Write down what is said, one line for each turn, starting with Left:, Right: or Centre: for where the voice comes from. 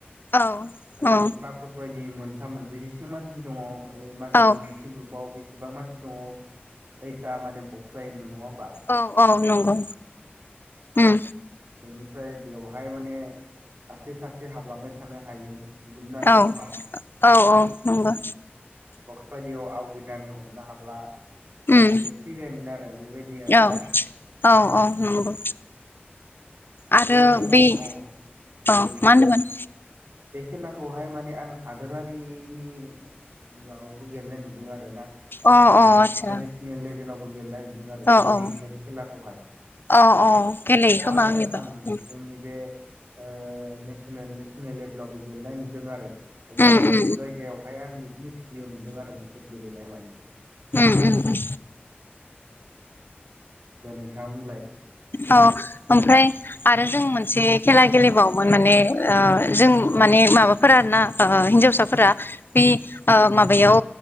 Left: औ
Right: ओमफ्राय बिदि
Left: औ
Right: बकस बायदि मोनथाम मोनब्रैसिम मानसि दङ ओइ मानसि
Left: औ
Right: मोनसे ग्रुपआव बे एसेबां मानसि दङ कैथा माने बक्स जायोमोन नङा होमबा
Left: औ औ नंगौ उम
Right: बेनिफ्राय बेवहाय माने सासे सासे हाबलांबाय थानो हायो बिदिमोन आरो नङा
Left: औ
Right: होमबा
Left: औ औ नंगो
Right: बक्सबादियाव आवग्रिनानै हमनो हाब्ला
Left: उम
Right: बे फैबायमोन आरो बेबायदि आरोना
Left: औ औ औ नंगौ आरो
Right: खेलाखौ
Left: बे
Right: औ
Left: औ
Right: दे बुं
Left: मा होनदोंमोन
Right: बे खेलाखौहाय माने आं हादोरारिनि माबायावबो गेलेनाय नुदों आरोना
Left: अ
Right: इन्टारनेसनेल
Left: अ आदसा
Right: लेभेलावबो गेलेनाय नुदों आरो बे
Left: अ औ
Right: रिदि
Left: औ
Right: बायदि खेलाखौहाय
Left: औ औ गेलेयो
Right: अ
Left: खोमा
Right: आरो
Left: आंनिबा
Right: आं
Left: उम
Right: जोंनि बे ओ नेसनेल-नेसनेल लेभेलावबो गेलेनाय नुदों आरो बबेबा
Left: उम उम
Right: मोनसे जायगायावहाय आं बिदिनि भिडिअ नुदों आरो मोनसे गेलेनाय माने
Left: उम उम उम
Right: दा नोंथाङा बुंलाय
Left: औ ओमफ्राय आरो जों मोनसे खेला गेलेबावोमोन माने ओ जों माने माबा फोर आरोना ओ हिनजावसाफोरा बे
Right: औ
Left: ओ माबायाव